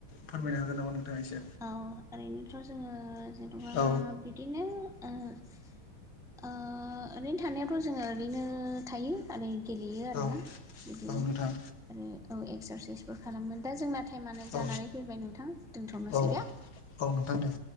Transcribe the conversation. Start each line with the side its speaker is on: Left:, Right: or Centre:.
Left: फोरमायनो हागोन नामा? नोंथाङा एसे?
Centre: औ ओरैनोथ' जोङो जेन'बा
Left: औ
Centre: बिदिनो ओरैनो थानायावथ' जोङो बिदिनो थायो आरो गेलेयो आरोना
Left: औ
Centre: बिदिनो
Left: औ नोंथां
Centre: आरो औ एक्सारसाइसबो खालामो दा जोंना टाइमानो
Left: औ
Centre: जानानै फैबाय नोंथां दोनथ'नोसै।
Left: औ औ
Centre: दे
Left: नोंथां दे।